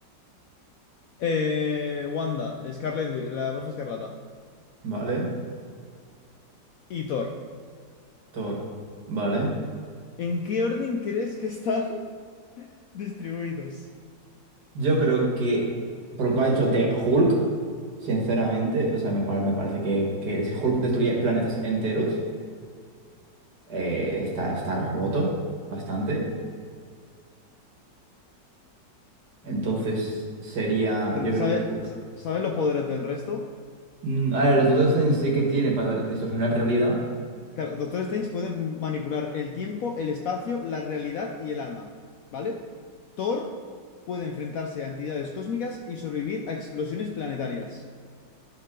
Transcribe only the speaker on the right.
vale.
Thor, vale.
Yo creo que, por lo que me ha dicho de Hulk, sinceramente, o sea, me, pare- me parece que, que si Hulk destruye planetas enteros, eh, está, está roto bastante. Entonces
sería,
yo creo
que Hulk.
Mm, a ver, Doctor Strange sí que tiene para distorsionar realidad,